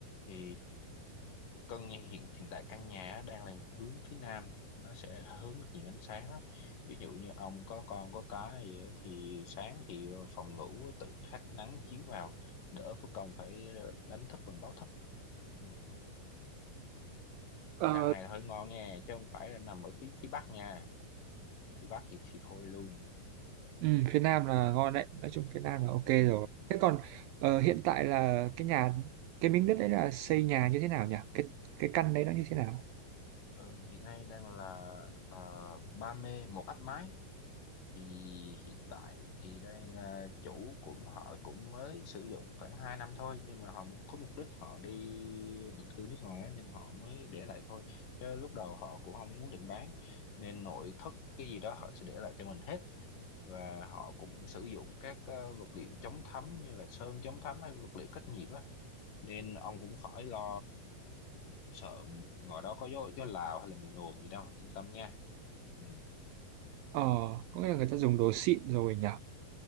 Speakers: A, on the left; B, on the right.
A: thì căn nhà- hiện hiện tại căn nhà á đang là hướng phía nam nó sẽ hướng được nhiều ánh sáng lắm ví dụ như ông có con có cái gì á thì sáng thì phòng ngủ tự thác nắng chiếu vào đỡ phải công phải đánh thức bằng báo thức ừ
B: Ờ,
A: căn này là hơi ngon nha chứ không phải là nằm ở phía phía bắc nha phía bắc thì thì thôi luôn
B: Ừ, phía Nam là ngon đấy, nói chung phía Nam là ok
A: ừ.
B: rồi. Thế còn ờ, hiện tại là cái nhà, cái miếng đất đấy là xây nhà như thế nào nhỉ? Cái cái căn đấy nó như thế nào?
A: Ờ, hiện nay đang là ờ, Ba Mê một áp mái thì hiện tại thì đang ờ, chủ cũng họ cũng mới sử dụng khoảng 2 năm thôi nhưng mà họ mục- có mục đích họ đi định cư nước ngoài á, nên họ mới để lại thôi chứ lúc đầu họ cũng không muốn định bán nên nội thất cái gì đó họ sẽ để lại cho mình hết và họ cũng sử dụng các ờ, vật liệu chống thấm như là sơn chống thấm hay vật liệu cách nhiệt á nên ông cũng khỏi lo sợ ngoài đó có gió, gió Lào hay là mùa nồm gì đâu yên tâm nha ừ.
B: Ờ, có nghĩa là người ta dùng đồ xịn rồi nhỉ?